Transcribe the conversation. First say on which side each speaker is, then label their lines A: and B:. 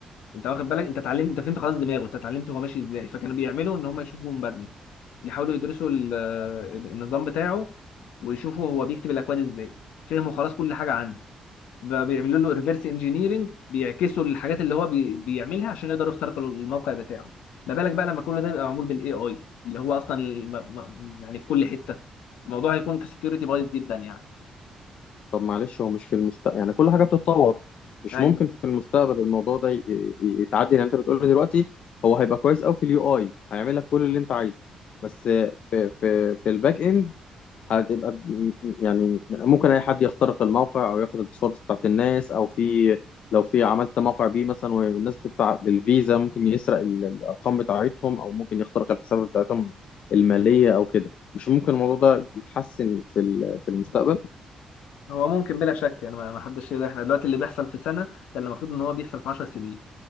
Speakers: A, on the left; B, on the left.
A: انت واخد بالك انت اتعلمت انت فهمت خلاص دماغه انت اتعلمت هو ماشي ازاي فكانوا بيعملوا ان هم يشوفوا مبرمج يحاولوا يدرسوا ال- النظام بتاعه ويشوفوا هو بيكتب الاكواد ازاي فهموا خلاص كل حاجه عنه بقى بيعملوا له ريفرس انجينيرنج بيعكسوا الحاجات اللي هو بي... بيعملها عشان يقدروا يخترقوا الموقع بتاعه ما بالك بقى لما كل ده يبقى معمول بالاي اي اللي هو اصلا الم... م- يعني في كل حته الموضوع هيكون كسكيورتي بايظ جدا يعني
B: طب معلش هو مش في المستقبل يعني كل حاجه بتتطور مش
A: ايوه
B: ممكن في المستقبل الموضوع ده ي- ي- يتعدل يعني انت بتقول لي دلوقتي هو هيبقى كويس قوي في اليو اي هيعمل لك كل اللي انت عايزه بس في في في الباك اند هتبقى يعني ممكن اي حد يخترق الموقع او ياخد الباسوردز بتاعت الناس او في لو في عملت موقع بيه مثلا والناس تدفع بالفيزا ممكن يسرق ال- الارقام بتاعتهم او ممكن يخترق الحسابات بتاعتهم الماليه او كده مش ممكن الموضوع ده يتحسن في ال- في المستقبل
A: هو ممكن بلا شك يعني ما ما حدش يقدر احنا دلوقتي اللي بيحصل في سنه كان المفروض ان هو بيحصل في 10 سنين